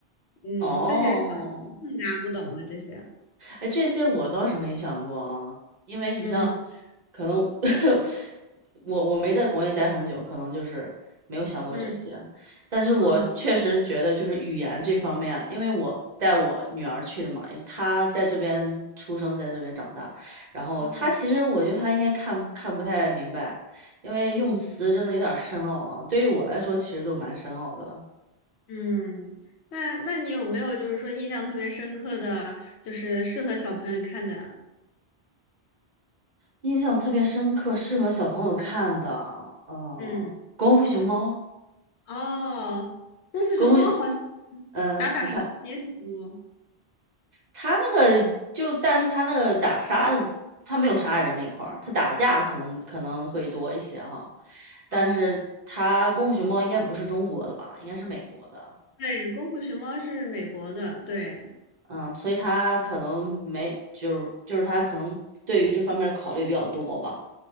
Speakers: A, on the left; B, on the right.
A: 嗯，
B: 哦，
A: 这些小孩更加不懂了这些，
B: 哎，这些我倒是没想过啊，因为你像，
A: 嗯
B: 可能 <laughs> 我我没在国内待很久，可能就是没有想过这些。
A: 嗯
B: 但是我确实觉得就是语言这方面啊，
A: 啊
B: 因为我带我女儿去的嘛，因为她在这边出生，在这边长大，然后她其实我觉得她应该看看不太明白，
A: 嗯
B: 因为用词真的有点深奥啊，
A: 嗯
B: 对于我来说其实都蛮深奥的了。
A: 嗯，那那你有没有就是说印象特别深刻的，就是适合小朋友看的呀
B: 印象特别深刻，适合小朋友看的，嗯，
A: 嗯。
B: 《功夫熊猫》。
A: 哦，功夫熊猫好像
B: 公，会，嗯，
A: 打打杀杀也挺多。
B: 你看他那个就，但是他那个打杀，他没有杀人那一块儿，他打架的可能可能会多一些哈，但是他功夫熊猫应该不是中国的吧，
A: 嗯，
B: 应该是美国的，
A: 对，功夫熊猫是美国的，对，
B: 嗯，所以他可能没，就是就是他可能对于这方面考虑比较多吧，